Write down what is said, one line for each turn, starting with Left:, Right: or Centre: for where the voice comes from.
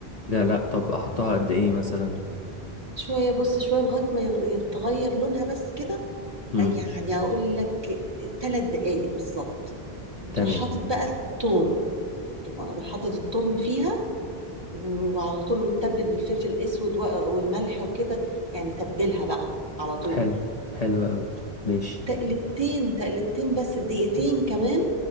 Left: لا لا طب احطها قد ايه مثلا
Right: شوية بص شوية لغاية ما يغ- يتغير لونها بس كده
Left: امم
Right: آه، يعني أقول لك ثلاث دقايق بالظبط وتروح
Left: تمام
Right: حاطط بقى التوم تروح حاطط التوم فيها وعلى طول وتتبل بالفلفل الأسود و- والملح وكده يعني تبلها بقى على طول
Left: حلو حلو قوي ماشي
Right: تقلبتين تقلبتين بس دقيقتين كمان